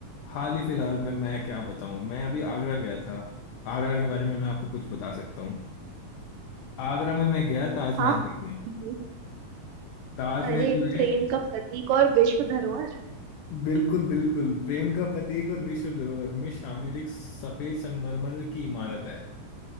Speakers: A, on the left; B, on the right.
A: हाल ही फिलहाल में मैं क्या बताऊं मैं अभी आगरा गया था आगरा के बारे में मैं आपको कुछ बता सकता हूँ आगरा में मैं गया ताजमहल
B: हाँ
A: देखने
B: बिल्कुल
A: ताजमहल
B: अरे
A: जो
B: प्रेम
A: है
B: का प्रतीक और विश्व धरोहर
A: बिल्कुल बिल्कुल प्रेम का प्रतीक और विश्व धरोहर में शामिल एक सफेद संगमरमर की इमारत है